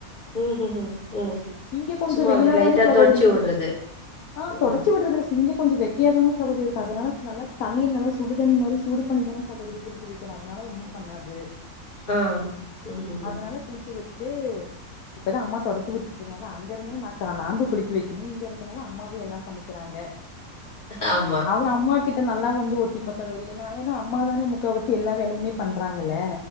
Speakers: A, on the left (about 35°); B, on the left (about 75°).
A: ம் ம் ம் ம்
B: இங்க கொஞ்சோ
A: சும்மா
B: வெயிலாதானே
A: அப்டி லைட்டா
B: சகோதரி
A: தொடச்சி வுட்றது
B: இருக்கு ஆ
A: ம்
B: தொடச்சு விட்றதுல இங்கே கொஞ்சோ வெக்கயாதானே சகோதரி இருக்கு அதனால நல்லா தண்ணிய நல்லா சுடு தண்ணி மாரி சூடு பண்ணி தா சகோதரி குளிக்க வக்கிறோ அதனால ஒண்ணு பண்ணாது
A: ஆ ம்ஹும்
B: அதனால குளிக்க வச்சுட்டு இப்பதா அம்மா தொடச்சு விட்டு இந்நேரோ அங்க இருந்தேன்னா ந நா தா குளிக்க வக்கணு இங்க இருக்கனால அம்மாவே எல்லா பண்ணிக்கிறாங்க
A: ஆமா
B: அவே அம்மா கிட்ட நல்லா வந்து ஒட்டிப்பா சகோதரி நா ஏன்னா அம்மா தானே முக்காவாசி எல்லா வேலயுமே பண்றாங்கல்ல